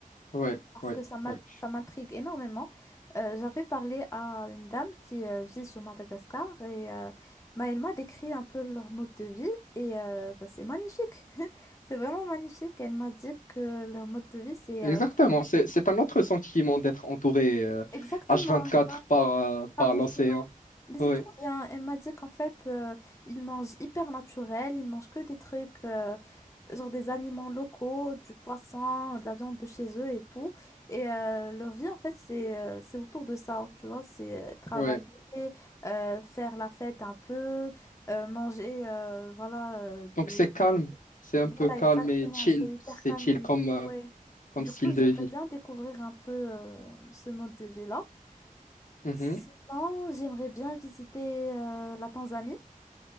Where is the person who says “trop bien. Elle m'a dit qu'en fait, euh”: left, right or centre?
Left